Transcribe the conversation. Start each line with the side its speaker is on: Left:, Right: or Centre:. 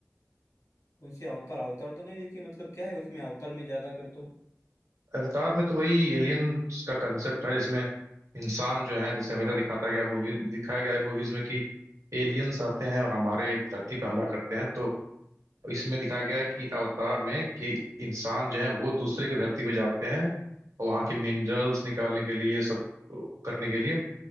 Left: उनसे अवतार अवतार तो नहीं देखी मतलब क्या है उसमें अवतार में ज्यादा कर तो
Right: अवतार में तो वही एलियंस का कंसेप्ट है जिसमें इंसान जो है जैसे हमेशा दिखाता गया मूवी दिखाया गया है मूवीज में कि एलियंस आते हैं और हमारे धरती पर हमला करते हैं तो इसमें दिखाया गया है कि अवतार में कि इंसान जो है वो दूसरे के धरती पे जाते हैं और वहाँ के मिनरल्स निकालने के लिए सब करने के लिए